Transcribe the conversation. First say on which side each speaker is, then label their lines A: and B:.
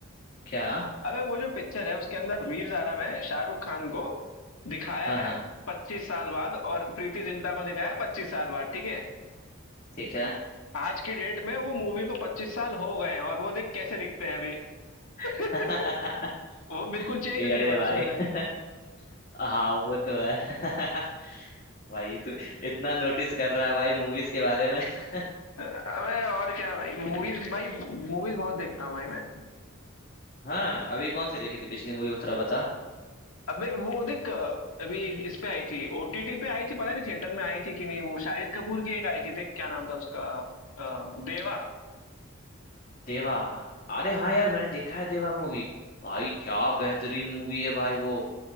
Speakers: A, on the left (about 40°); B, on the left (about 75°).
A: क्या
B: अबे वो जो पिक्चर है उसके अंदर वीर ज़ारा में शाहरुख खान को दिखाया
A: हाँ
B: है
A: हाँ
B: पच्चीस साल बाद और प्रीति जिंटा को दिखाया है पच्चीस साल बाद ठीक है
A: ठीक है
B: आज की डेट में वो मूवी को 25 साल हो गए हैं और वो देख कैसे दिखते हैं अभी <laughs>
A: <laughs>
B: वो बिल्कुल
A: अरे
B: चेंज नहीं हुए
A: भाई
B: उसमें से
A: <laughs> हाँ वो तो है <laughs> भाई तू इतना नोटिस कर रहा है भाई मूवीज के बारे में <laughs>
B: अबे और क्या भाई मूवीज भाई मूवीज बहुत देखता हूँ भाई मैं
A: हाँ अभी कौन सी देखी थी पिछली मूवी थोड़ा बता
B: अबे वो देख अभी इस पे आई थी ओटीटी पे आई थी पता नहीं थिएटर में आई थी कि नहीं वो शाहिद कपूर की एक आई थी देख क्या नाम था उसका अ, देवा
A: देवा अरे हाँ यार मैंने देखा है देवा मूवी भाई क्या बेहतरीन मूवी है भाई वो